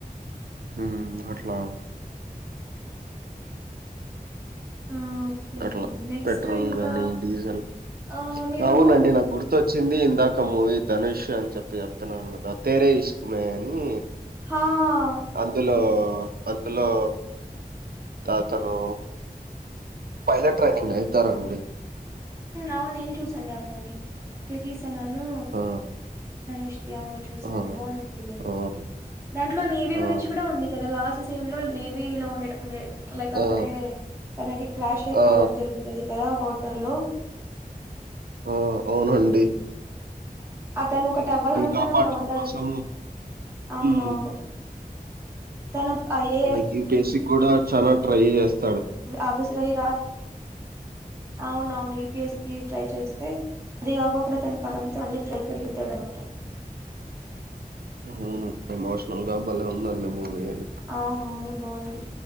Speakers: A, on the right; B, on the right.
A: మ్మ్ అట్లా
B: ఆ! ఓకే
A: అట్లా
B: అండి. నెక్స్ట్
A: పెట్రోల్
B: ఇంకా
A: గానీ డీజిల్
B: ఆహ్, మీరు
A: అవునండి నాకు గుర్తుచ్చింది ఇందాక మూవీ ధనుష్ అని చెప్పి చెప్తున్నాను కదా తేరే ఇసుకమే అని
B: హా
A: అందులో
B: ఓకే
A: అందులో తతను పైలట్ ట్రైనింగ్ అవుతారండి
B: అవును నేను చూసండి ఆ మూవీ క్రిత ను
A: ఆ
B: ధనుష్తి అవును చూశాను
A: ఆ
B: బాగుంది ఫిలిం
A: ఆ
B: దాంట్లో నేవీ
A: ఆ
B: గురించి కూడా ఉంది కదా లాస్ట్ సీన్లోల్ నేవి వ లో ఉండే లైక్ అక్కడే
A: ఆ
B: అనేది క్రాష్ అయిపోవడం
A: ఆ
B: జరుగుతుంది కదా వాటర్ లో
A: ఆ అవును అండి
B: అతను ఒకటి అవ్వాలనుకని
A: కాపాడటం
B: ఒకటి అవుతాడు
A: కోసం
B: అవునవును
A: హ్మ్
B: తన ఏ
A: అలాకి బేసిక్ కూడా చాల ట్రై చేస్తా
B: ఆఫీసర్ అయ అవున అవును యుపిస్సి కి ట్రై చేసి అదిగా కూడా తన పరమ అల్ళీ ట్రై కడికితే విడమాటారు
A: అవును ఎమోషనల్ గా బలే ఉందండి మూవీ అది
B: అవును బాగుంది